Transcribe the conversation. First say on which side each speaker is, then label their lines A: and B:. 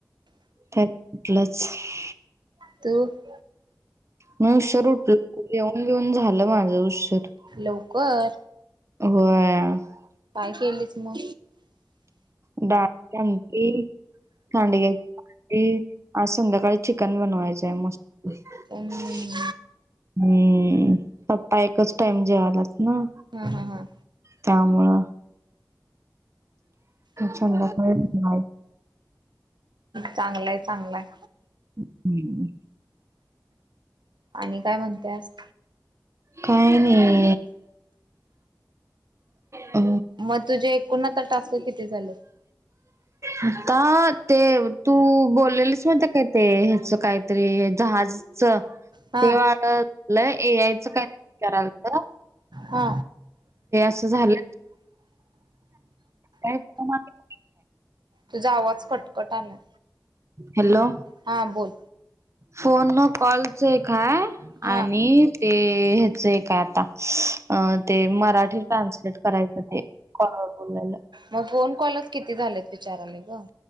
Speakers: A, on the right; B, on the right.
A: तरलंच <unintelligible>
B: <inaudible>
A: मी उशीर उठलं घेऊन घेऊन झालं माझं उशीर
B: लवकर
A: होय.
B: काय केलीच म
A: बाप चाई के <unintelligible> साडगे ते आज संध्याकाळी चिकन बनवायचंय मस् हम्म
B: हम्म
A: पप्पा एकच टाइम जेवालाच ना
B: हा हा हा.
A: त्यामुळं. चडा का <unintelligible>
B: चांगलंय चांगलाय
A: हं हूं
B: आणि काय म्हणत्यास
A: काही नाही अ
B: मग तुझे एकूण आता टास्क किती झालं
A: आता ते तू बोललेलीस माहित काय ते ह्याच काय ते जहाजचं
B: हा
A: ते वाढलं ए आयचं काय तर करायलत
B: हा
A: तु झालं <unintelligible>
B: तुझा आवाज कटकट आलाय
A: हॅलो
B: हा बोल.
A: फोन न कॉलच एक हाय
B: हा
A: आणि ते ह्याच एक काय आता ते मराठी ट्रान्सलेट करायचं ते कॉल वर बोलायला
B: मग फोन कॉलच किती झालेत विचारालोय गं?